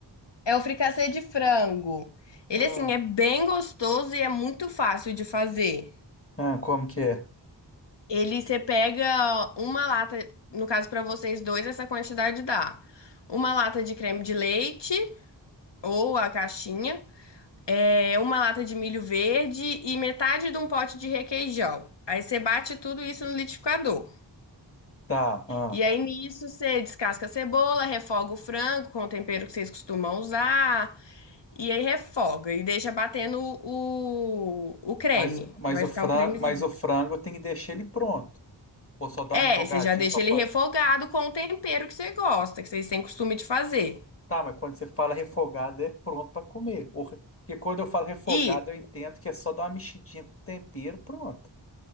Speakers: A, on the left (about 80°); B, on the left (about 30°).
A: É o fricassê de frango. Ele,
B: Ah,
A: assim, é bem gostoso e é muito fácil de fazer.
B: ah, como que é?
A: Ele, você pega uma lata, no caso para vocês dois, essa quantidade dá. Uma lata de creme de leite ou a caixinha. é, uma lata de milho verde e metade de um pote de requeijão. Aí você bate tudo isso no liquidificador.
B: Tá, ah.
A: E aí nisso você descasca a cebola, refoga o frango com o tempero que vocês costumam usar. E aí refoga e deixa batendo o, o creme.
B: Mas, mas
A: Vai
B: o
A: ficar
B: frango,
A: um cremezinho.
B: mas o frango eu tenho que deixar ele pronto. Ou só dar
A: É,
B: uma refogadinha
A: você já deixa
B: só
A: ele
B: pra.
A: refogado com o tempero que você gosta, que vocês têm costume de fazer.
B: Tá, mas quando você fala refogado é pronto pra comer. Ou, re- porque quando eu falo refogado
A: Isso,
B: eu entendo que é só dar uma mexidinha com tempero, pronto.